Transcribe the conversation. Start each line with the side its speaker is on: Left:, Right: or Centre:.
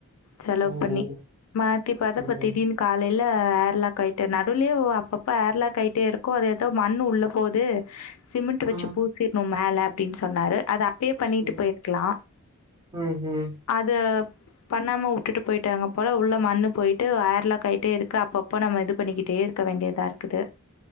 Left: செலவு
Right: ஓஹோ
Left: பண்ணி. மாத்தி பாத்தா
Right: சரி
Left: இப்ப
Right: சரி
Left: திடீனு காலையில ஏர்லாகயிட்ட நடுவுலயே அப்பப்ப ஏர்லா கயிட்டிருக்கு அது ஏதோ மண்ணு உள்ள போகுது. சிமிண்ட் வச்சு
Right: ம்
Left: பூசிட்னு மேல அப்டின் சொ சொன்னாரு அது அ ப்பே பண்ணிட்டு
Right: ம்
Left: போயிர்க்லா
Right: ம் ம்
Left: அது பண்ணாமவுட்டுட்டு போயிட்டாங்க போல உள்ள மண்ணு போயிட்டு ஏர் லாக் ஆயிட்டே இருக்கு அப்பப்ப நம்ம இது பண்ணிக்கிட்டே இருக்க வேண்டியதா இருக்குது